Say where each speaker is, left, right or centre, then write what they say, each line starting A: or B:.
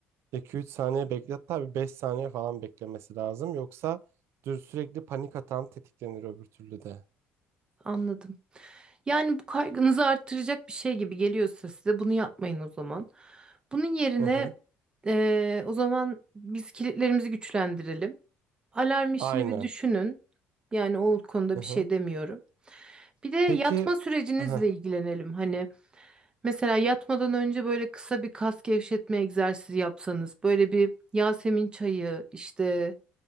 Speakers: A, on the right (about 60°); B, on the right (about 20°).
A: 2 üç saniye beklet tabii 5 saniye falan beklemesi lazım. Yoksa dür sürekli panik atan tetiklenir öbür türlü de.
B: Anladım. Yani bu kaygınızı arttıracak bir şey gibi geliyorsa size bunu yapmayın o zaman. Bunun yerine
A: Hı hı.
B: e, o zaman biz kilitlerimizi güçlendirelim. Alarm işini
A: Aynen.
B: bir düşünün. Yani o konuda
A: Hı
B: bir
A: hı.
B: şey demiyorum. Bir de yatma
A: Peki
B: sürecinizle
A: hı hı
B: ilgilenelim. Hani mesela yatmadan önce böyle kısa bir kas gevşetme egzersizi yapsanız, böyle bir Yasemin çayı, işte